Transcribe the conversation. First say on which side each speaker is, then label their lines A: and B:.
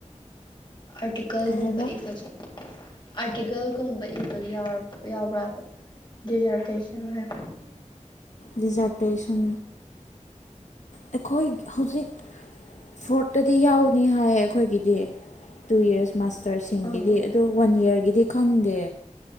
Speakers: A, on the left; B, on the left.
A: ꯑꯥꯔꯇꯤꯀꯜꯒꯨꯝꯕ
B: ꯀꯩ ꯍꯥꯏꯕ
A: ꯏ ꯐꯖꯩ ꯑꯥꯔꯇꯤꯀꯜꯒꯨꯝꯕ ꯏꯕꯒꯤ ꯌꯥꯎꯕ꯭ꯔꯕ ꯗꯤꯖꯔꯇꯦꯁꯟ ꯍꯥꯏꯕꯅꯤ
B: ꯗꯤꯖꯔꯇꯦꯁꯟ ꯑꯩꯈꯣꯏ ꯍꯧꯖꯤꯛ ꯐꯣꯔꯠꯇꯗꯤ ꯌꯥꯎꯅꯤ ꯍꯥꯏ ꯑꯩꯈꯣꯏꯒꯤꯗꯤ ꯇꯨ ꯌꯔꯁ ꯃꯥꯁꯇꯔꯁꯤꯡꯒꯤꯗꯤ
A: ꯑꯥ
B: ꯑꯗꯨꯗꯣ ꯋꯥꯟ ꯏꯌꯥꯔꯒꯤꯗꯤ ꯈꯪꯗꯦ